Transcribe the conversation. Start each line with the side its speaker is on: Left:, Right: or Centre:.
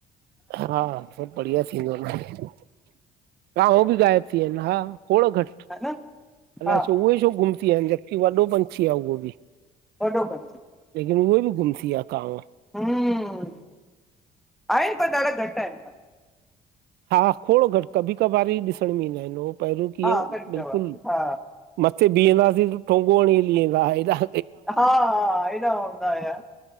Right: हा सब बढ़िया थींदो। <inaudible> हा उहो बि ग़ाइब थी विया आहिन, हा, थोङो घटि
Centre: ह न
Right: अलाए
Centre: हा
Right: छो उहे छो गुम थी विया आहिन? वॾो पंछी आ उहो बि।
Centre: <inaudible> डो ब
Right: लेकिन उहे बि गुम थी विया कांव।
Centre: हम्म आहे पर ॾाढा घट आहिन।
Right: हा! खोॾ घट, कभी कभार ही ॾिसण में ईंदा आहिन उहो। पहिरियूं कीअं
Centre: हा
Right: हुओ,
Centre: कॾहिं कबार
Right: बिल्कुलु
Centre: हा
Right: मथे बीहंदासीं त ठोंगो हणी हली वेंदा आ हेॾा।
Centre: हा-हा एॾा हूंदा हुया,